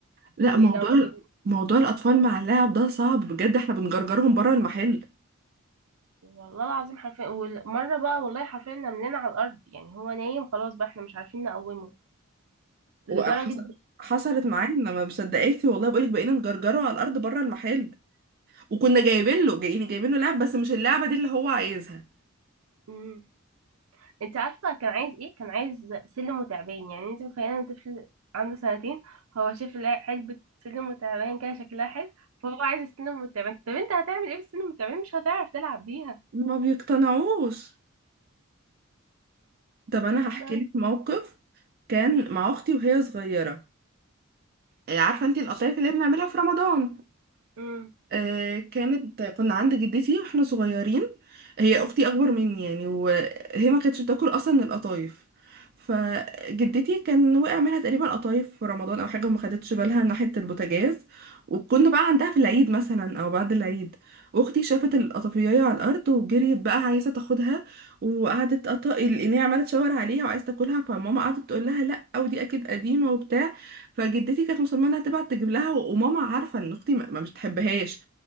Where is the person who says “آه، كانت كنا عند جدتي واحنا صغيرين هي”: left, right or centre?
Right